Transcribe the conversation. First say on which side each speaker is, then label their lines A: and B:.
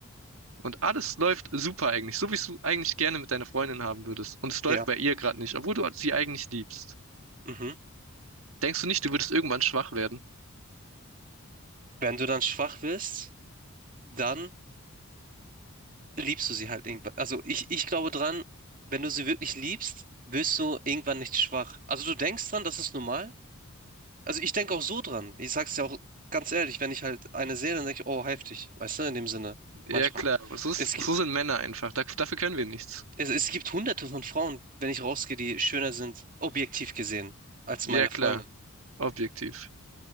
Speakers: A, on the right; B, on the right.
A: Und alles läuft super eigentlich, so wie du eigentlich gerne mit deiner Freundin haben würdest. Und es läuft
B: Ja.
A: bei ihr gerade nicht, obwohl du sie eigentlich liebst.
B: Mhm.
A: Denkst du nicht, du würdest irgendwann schwach werden?
B: Wenn du dann schwach wirst, dann liebst du sie halt irgendwann. Also ich, ich glaube dran, wenn du sie wirklich liebst, wirst du irgendwann nicht schwach. Also du denkst dran, das ist normal. Also ich denke auch so dran. Ich sag's dir auch ganz ehrlich, wenn ich halt eine sehe, dann denke ich, oh, heftig. Weißt du, in dem Sinne.
A: Ja,
B: Manchmal.
A: klar. So ist,
B: Es, gi-
A: so sind Männer einfach. Da, dafür können wir nichts.
B: es, es gibt hunderte von Frauen, wenn ich rausgehe, die schöner sind, objektiv gesehen, als
A: Ja,
B: meine
A: klar.
B: Freundin.
A: Objektiv.